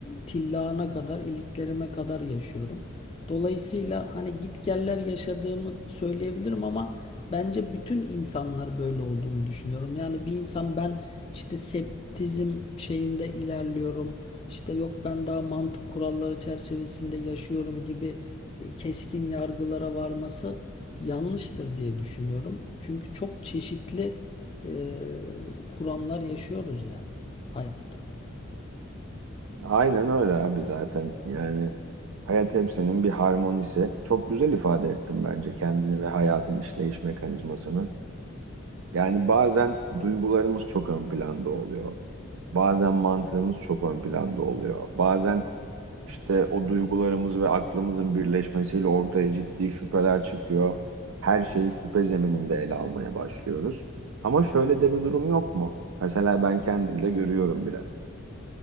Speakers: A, on the left (about 25°); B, on the right (about 75°).
A: tillağına kadar, iliklerime kadar yaşıyorum. Dolayısıyla hani gitgeller yaşadığımı söyleyebilirim ama bence bütün insanlar böyle olduğunu düşünüyorum. Yani bir insan ben işte septizm şeyinde ilerliyorum, işte yok ben daha mantık kuralları çerçevesinde yaşıyorum gibi e, keskin yargılara varması yanlıştır diye düşünüyorum. Çünkü çok çeşitli e, kuramlar yaşıyoruz yani hayatta.
B: Aynen öyle abi zaten. Yani hayat hepsinin bir harmonisi. Çok güzel ifade ettim bence kendini ve hayatın işleyiş mekanizmasını. Yani bazen duygularımız çok ön planda oluyor. Bazen mantığımız çok ön planda oluyor. Bazen İşte o duygularımız ve aklımızın birleşmesiyle ortaya ciddi şüpheler çıkıyor. Her şeyi şüphe zemininde ele almaya başlıyoruz. Ama şöyle de bir durum yok mu? Mesela ben kendimde görüyorum biraz.